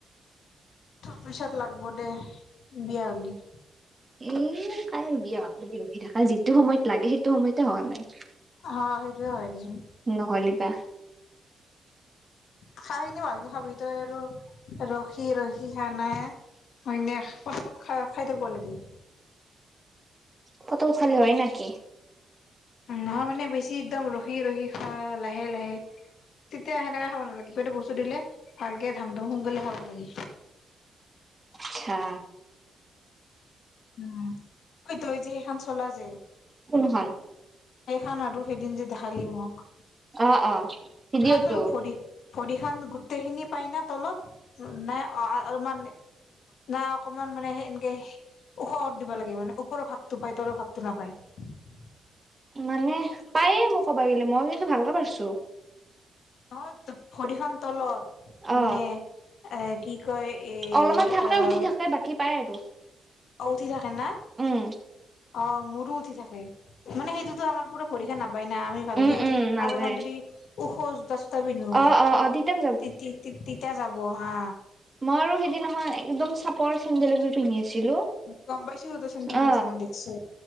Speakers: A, on the left; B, on the right.
A: তাৰ পিছত লাগব দেই বিয়া হলি
B: এ কাই বিয়া হকলে ৰখি থকা যিটো সময়ত লাগে সেইটো সময়তে হোৱা নাই
A: অ সেই হয় পিচে
B: নহ'লে বা
A: খাই খিনি ভালকে খাবি তই আৰু ৰস ৰখি ৰখি খাৱ না হইনে পতা পত খ খাই থাকিব লাগে
B: পত খালী হয় না অকে
A: নহয় মানে বেছি একদম ৰখি ৰখি খোৱা লাহে লাহে তেতিয়া সেনেকা খাব নালাগে কিবা এটা বস্তু দিলে ভালকে ধাম ধুম সোনকালে খাব লাগে
B: ছা
A: উম অ তই যে সেইখন চলা যে
B: কোনহল
A: সেই খান আৰু সেইদিন যে দেখালি মক
B: অ অ ভিডিঅ'টো
A: সান্দৰ ফৰি ভৰিহান গোটেইখিনি পাই ন তলত নাই অ অলমান নাই অকমান মানে সেই তেকে ওশাহত দিব লাগে মানে ওপৰৰ ভাপটো পায় তৰ ভাপটো নাপায়
B: মানে পায়ে মোক ক'বা গলে মই কিন্তু ভালকে পাৰছো
A: অহত ভৰিখন তলত
B: অ
A: মানে এ কি কয় এ
B: অলপমান থাকে
A: অহ
B: উঠি থাকে বাকী পাই আৰু
A: অ উঠি থাকে ন
B: উম
A: অ মোৰো উঠি থাকে মানে সেইটোতো আমাৰ পুৰা ভৰিখান নাপায় না আমি ভালকে
B: উম উম নাযায়
A: অলপমান যদি ওখ জোতা চোতা পিন্ধো
B: অ অ অ তিতান
A: তিতি তেতিয়া যাব। বহা
B: মইো সেইদিনাখন একদম চাপৰ চেন্দেল এজোৰ পিন্ধি আছ। ছিলো
A: গম পাইছো তই চেন্দেল
B: অ
A: পিন্ধছা মই দেখছো